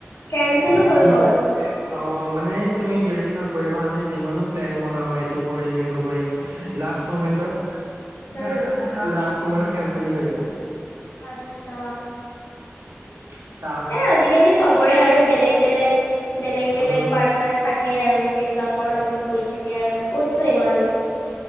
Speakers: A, on the left; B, on the right.
A: কেনচেলো হৈ
B: যি--অহ
A: গ'ল?
B: মানে তুমি বিলিব নক কৰিবা আমি যিমানো প্লেন বনাও এইটো কৰিম সেইটো কৰিম, লাষ্ট মমেন্টত <unintelligible>
A: উম,
B: ল্লাহ সমত কেনচেল এ হৈ যায়।
A: আত্ছা
B: <unintelligible> িক
A: এ আজিকালি চবৰে আৰু বেলেগ-বেলেগ বেলেগ-বেলেগ
B: অ
A: পাৰ্টনাৰ থাকে আৰু সেইবিলাকৰ লগত গৈ থাকে আৰু। ক'তনো ইমান